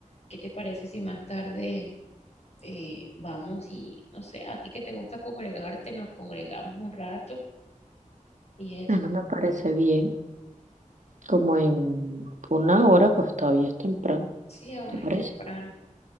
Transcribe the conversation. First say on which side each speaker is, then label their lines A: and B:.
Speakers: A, on the left; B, on the right.
A: ¿qué te parece si más tarde eh, vamos y, no sé, a ti que te gusta congregarte, nos congregamos un rato y eso?
B: Ah, No me parece bien. Como en una hora, pues todavía es temprano.
A: Sí, aún
B: ¿Te
A: es
B: parece?
A: temprano.